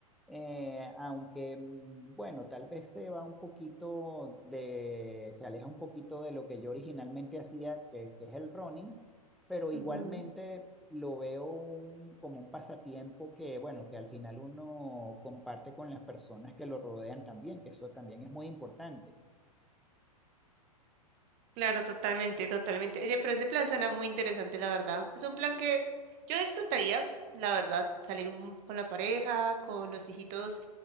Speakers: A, in the centre; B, on the right (about 35°).
A: eh, aunque, mm, bueno, tal vez se va un poquito de, se aleja un poquito de lo que yo originalmente hacía, que que es el running pero igualmente
B: Ujú.
A: lo veo un- como un pasatiempo que, bueno, que al final uno comparte con las personas que lo rodean también, que eso también es muy importante.
B: Claro, totalmente, totalmente. Oye, pero ese plan suena muy interesante, la verdad. Es un plan que yo disfrutaría, la verdad, salir un- con la pareja, con los hijitos